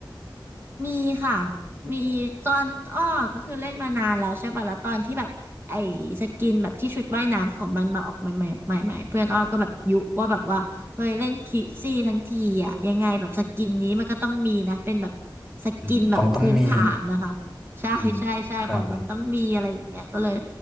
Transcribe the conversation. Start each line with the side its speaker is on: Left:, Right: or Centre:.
Right: มีค่ะมีตอนอ้อก็คือเล่นมานานแล้วใช่ป่ะแล้วตอนที่แบบไอ้สกินแบบที่ชุดว่ายน้ำของมันมาออกใหม่ใหม่ใหม่ใหม่เพื่อนอ้อก็แบบยุว่าแบบว่าเฮ้ยเล่นคิดซี่ทั้งทีอ่ะยังไงแบบสกินนี้มันก็ต้องมีนะเป็นแบบสกินแบบพื้นฐานนะคะใช่ใช่ใช่ของมันต้องมีอะไรอย่างเงี้ยก็เลย
Centre: อืมของต้องมีอืมครับผม